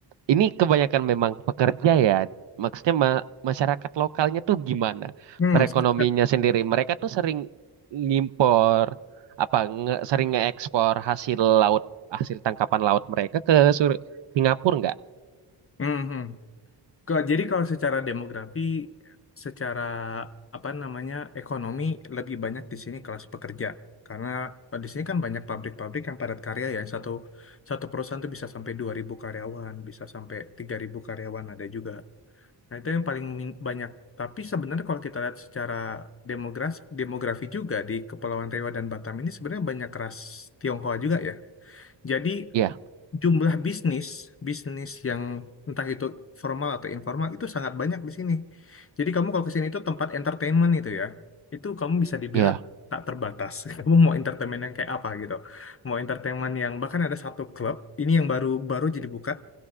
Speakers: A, on the right (about 70°); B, on the left (about 30°).
A: ini kebanyakan memang pekerja ya. Maksudnya ma- masyarakat lokalnya tuh gimana?
B: Hmm,
A: Perekonominya
B: se-
A: sendiri. Mereka tuh sering ngimpor, apa, nge- sering ngeekspor hasil laut, hasil tangkapan laut mereka ke Sur- Singapura nggak?
B: Mhm. Kalau- Jadi kalau secara demografi, secara apa namanya ekonomi lebih banyak di sini kelas pekerja karena eh, di sini kan banyak pabrik-pabrik yang padat karya ya satu satu perusahaan tuh bisa sampai 2.000 karyawan, bisa sampai 3.000 karyawan ada juga. Nah itu yang paling min- banyak. Tapi sebenarnya kalau kita lihat secara demografi demografi juga di Kepulauan Riau dan Batam ini sebenarnya banyak ras Tionghoa juga ya. Jadi
A: Iya,
B: jumlah bisnis bisnis yang entah itu formal atau informal itu sangat banyak di sini. Jadi kamu kalau ke sini itu tempat entertainment itu ya, itu kamu bisa dibilang
A: iya,
B: tak terbatas. <laughs> Kamu mau entertainment yang kayak apa gitu? Mau entertainment yang bahkan ada satu klub ini yang baru baru jadi buka